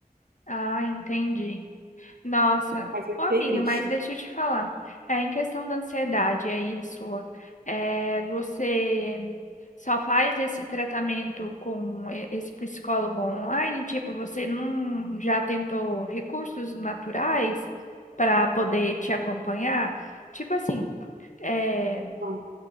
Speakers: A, on the left; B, on the right.
A: Ah, entendi. Nossa,
B: Mas eu
A: ô
B: fiquei
A: amiga,
B: triste.
A: mas deixa eu te falar. É, em questão da ansiedade aí sua, é, você só faz esse tratamento com e- esse psicólogo online? Tipo, você não já tentou recursos naturais para poder te acompanhar? Tipo assim, é,
B: Hum,